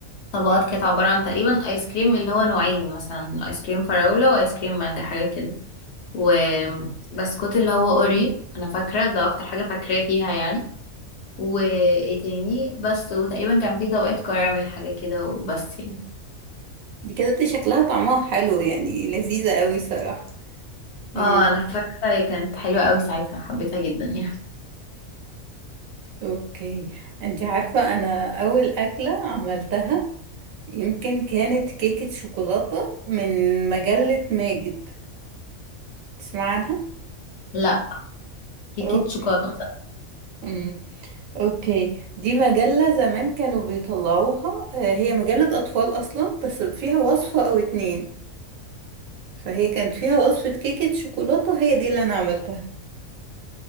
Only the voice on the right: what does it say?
دي كده دي شكلها طعمها حلو يعني لذيذه قوي صراحه يعني
اوكي انت عارفه انا اول اكله عملتها يمكن كانت كيكه شوكولاته من مجله ماجد تسمع عنها
اوكي
امم اوكي دي مجله زمان كانوا بيطلعوها آه، هي مجله اطفال اصلا بس فيها وصفه او اتنين فهي كانت فيها وصفة كيكة شوكولاتة هي دي اللي أنا عملتها